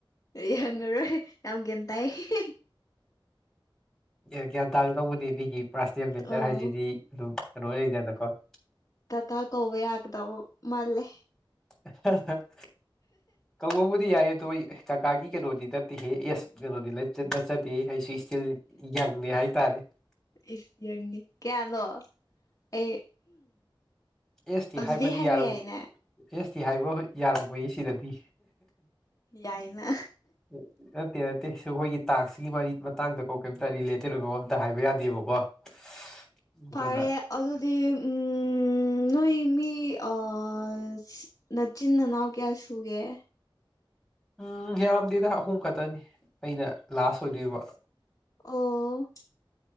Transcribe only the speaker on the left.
ꯑꯩ ꯍꯪꯉꯔꯣꯏ ꯌꯥꯝ ꯒꯌ꯭ꯥꯟ ꯇꯥꯏꯌꯦ
ꯑꯧ
ꯀꯥꯀꯥ ꯀꯧꯕ ꯌꯥꯒꯗꯕ ꯃꯜ ꯂꯦ
ꯏꯁ ꯌꯪꯅꯦ ꯀꯌꯥꯅꯣ ꯑꯩ
ꯑꯗꯨꯗꯤ
ꯍꯥꯏꯕ
ꯌꯥꯏꯌꯦꯅ
ꯌꯥꯏꯅ
ꯐꯥꯔꯦ ꯑꯗꯨꯗꯤ ꯎꯝ ꯅꯣꯏ ꯃꯤ ꯑꯥ ꯅꯆꯤꯟ ꯅꯅꯥꯎ ꯀꯌꯥ ꯁꯨꯒꯦ
ꯑꯣ